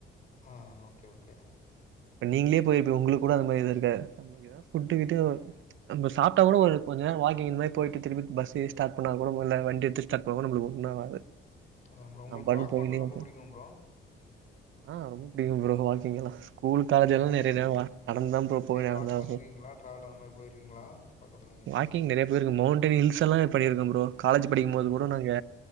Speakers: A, on the left (about 40°); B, on the right (about 75°).
A: ஆ ஓகே ஓகே
B: நீங்களே போயிருப்ப உங்களுக்கு கூட அந்த மாரி எதுவு இருக்காரு புட்டு கிட்டு நம்ப சாப்ட்டா கூட ஒரு கொஞ்ச நேரோ வாக்கிங் இந்த மாதி போயிட்டு திருப்பி பஸ்டே ஸ்டாட் பண்ணா கூட மொல வண்டி எடுத்து ஸ்டார்ட் பன்னம்போது நம்பளுக்கு ஒண்ணு ஆகாது
A: அதா ப்ரோ உங்களுக்கு
B: நம் பாட்டுக்கு
A: வாக்
B: போய்கினே
A: பண்றது
B: இருப்போ
A: ரொம்ப புடிக்கும ப்ரோ
B: ஆ ரொம்ப புடிக்கும்ப்ரோ வாக்கிங்களா ஸ்கூல் காலேஜ்
A: ம்
B: எல்லா
A: ஓகே
B: நிறய
A: ஓகே
B: நேரவா நடந்து தாப்றோ போவ
A: டெய்லி
B: நடந்துதா
A: வாக் பண்ணியிருக்கீங்களா
B: வர்வ
A: ட்ராவல் அந்த மாதிரி போயிருக்கீங்களா பக்கத்தில் எங்கேயாச்சும்
B: வாக்கிங் நிறைய பேருக்கு மவுண்டன் ஹில்ஸ் எல்லா பண்ணிருக்க ப்ரோ காலேஜ் படிக்கும்போது
A: ம்
B: கூட நாங்க